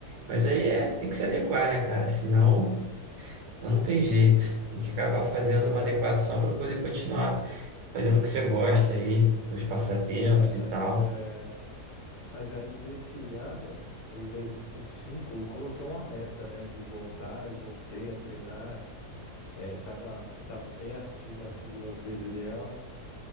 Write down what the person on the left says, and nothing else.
É,
é, mas
é, mas aí desse ano, em 2025, eu coloquei uma meta, né, de voltar e voltei a treinar. É, tava, tava bem acima assim do meu peso ideal.